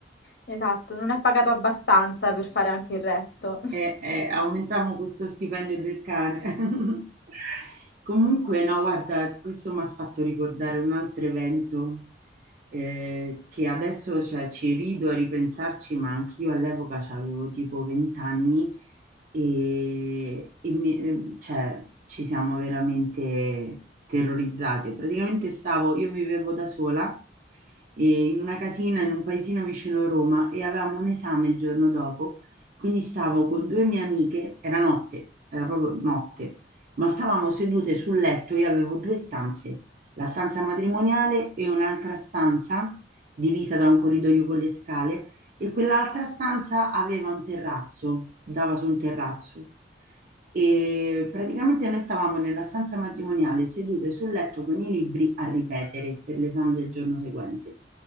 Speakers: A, on the left (about 65°); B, on the right (about 45°).
A: Esatto, non è pagato abbastanza per fare anche il resto.
B: eh, eh, aumentiamo questo stipendio del cane. <laughs> Comunque, no, guarda, questo mi ha fatto ricordare un altro evento eh, che adesso cioè, ci rido a ripensarci, ma anch'io all'epoca avevo tipo 20 anni e, e mi- eh, cioè, ci siamo veramente terrorizzate. Praticamente stavo, io vivevo da sola eh, in una casina in un paesino vicino a Roma e avevamo un esame il giorno dopo quindi stavo con due mie amiche, era notte, era proprio notte, ma stavamo sedute sul letto, io avevo due stanze, la stanza matrimoniale e un'altra stanza divisa da un corridoio con le scale e quell'altra stanza aveva un terrazzo, dava su un terrazzo. E praticamente noi stavamo nella stanza matrimoniale sedute sul letto con i libri a ripetere per l'esame del giorno seguente.